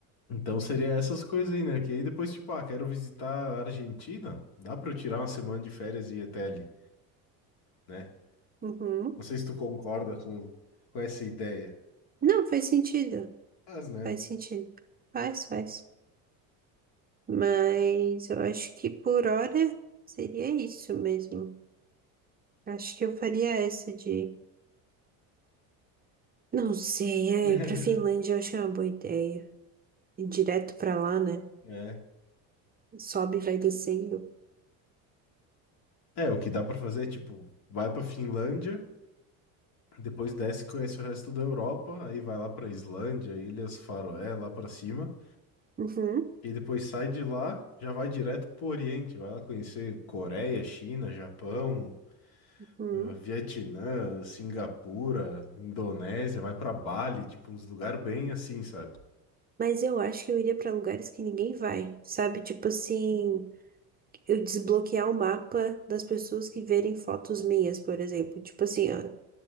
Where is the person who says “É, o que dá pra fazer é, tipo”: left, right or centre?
Left